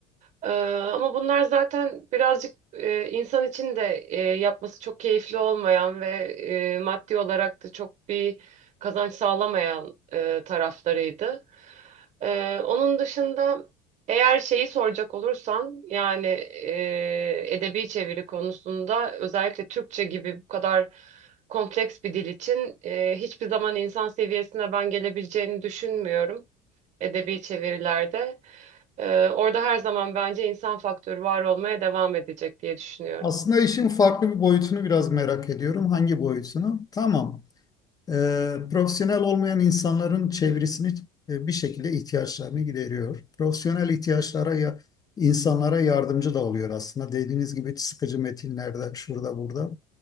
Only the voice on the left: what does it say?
Aslında işin farklı bir boyutunu biraz merak ediyorum. Hangi boyutunu? Tamam. E, profesyonel olmayan insanların çevresini e, bir şekilde ihtiyaçlarını gideriyor. Profesyonel ihtiyaçlara ya insanlara yardımcı da oluyor aslında. Dediğiniz gibi sıkıcı metinlerde, şurada burada.